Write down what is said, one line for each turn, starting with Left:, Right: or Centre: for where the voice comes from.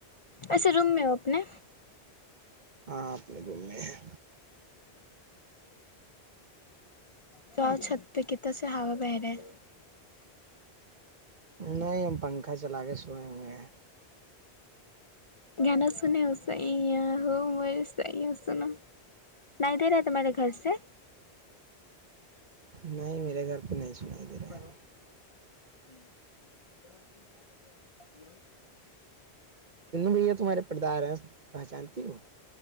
Left: اچھے روم میں ہو اپنے
Right: ہاں اپنے روم میں ہے
Left: چؤ چھت پہ کتنا سے ہوا بہ رہے ہیں
Right: نہیں ہم پنکھا چلا کے سوئے ہوئے ہیں
Left: گانا سنے ہو صی ہے ہو مصی ہو سناو نہیں دے رہا تمہارے گھر سے
Right: نہیں میرے گھر پہ نہیں سنائی
Left: <inaudible>
Right: دے رہا ہے چنو بھیا تمہارے پردار ہیں پہچانتی ہو